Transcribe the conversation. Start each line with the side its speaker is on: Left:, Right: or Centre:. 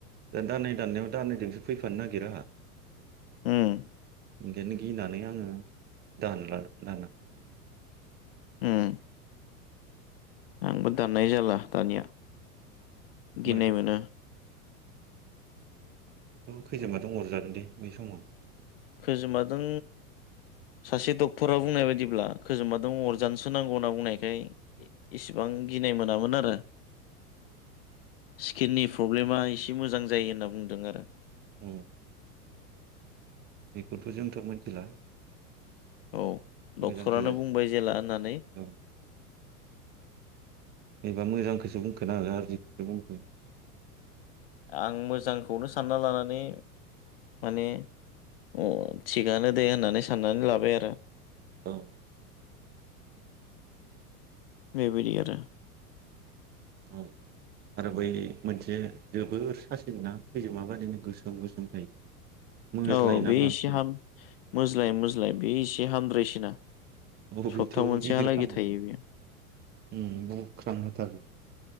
Right: दा दानाय दाननायाव दानैजोंसो फैफानो नागिरो आंहा
Left: उम
Right: ओंखायनो गिना नाने आङो दानला दाना
Left: हम आंबो दाननाय जाला दानिया
Right: <unintelligible>
Left: गिनाय मोनो
Right: खैजोमा दं अरजादों दे बै समाव।
Left: खोजोमादों सासे डक्टरा बुंनाय बायदिब्ला खोजोमबाादों अरजानो सो नांगौ नांगौ होनना बुंनायखाय इसेबां गिनाय मोनामोन आरो स्किननि प्रब ब्लेमा एसे मोजां जायो होनना बुङो दों आरो
Right: हम बेखौथ' जोंथ' मिथिला।
Left: औ
Right: मोजांसो
Left: डक्टरानो बुंबाय जेला होननानै
Right: औ एबा मोजांखौसो बुंखो ना गाज्रिखौसो बुंखो?
Left: आं मोजांखौनो सानना लानानै माने अ थिगानो दे होननानै साननानै लाबाय आरो।
Right: औ
Left: बेबायदि आरो।
Right: औ आरो बै मोनसे जोबोर सासिनो ना खैजोमा बादिनो गोसोम गोसोम थायो मोज्लाय
Left: औ
Right: ना
Left: बेसहाम
Right: मा बुङो
Left: मोज्लाय मोज्लाय बे एसे हामद्रायसिना
Right: अबेथ'
Left: सप्ता मोनसेहालागै
Right: गिदिर खालामो
Left: थायो बेयो
Right: उम बुख्रां होथारो।